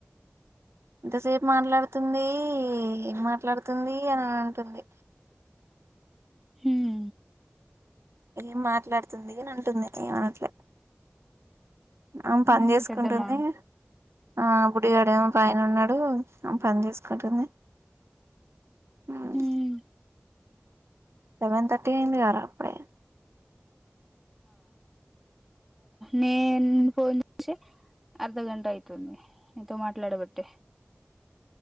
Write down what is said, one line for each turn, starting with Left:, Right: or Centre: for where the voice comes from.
Right: ఇంతసేపు మాట్లాడుతుంది. ఏం మాట్లాడుతుంది అని అ అంటుంది.
Centre: ఉమ్
Right: ఏం మాట్లాడుతుంది అని అంటుంది ఏమనట్లే అం పని
Centre: ఉమ్
Right: చేసుకుంటుంది.
Centre: పెద్దమ్మా
Right: ఆహ్ బుడిగాడేమో పైన ఉన్నాడు. ఆమ్ పని చేసుకుంటుంది. ఆహ్
Centre: ఉమ్
Right: సెవెన్ థర్టీ అయింది గర అప్పుడే
Centre: నేను ఫోన్ చేసే అర్ధ గంట ఐతుంది నీతో మాట్లాడబట్టే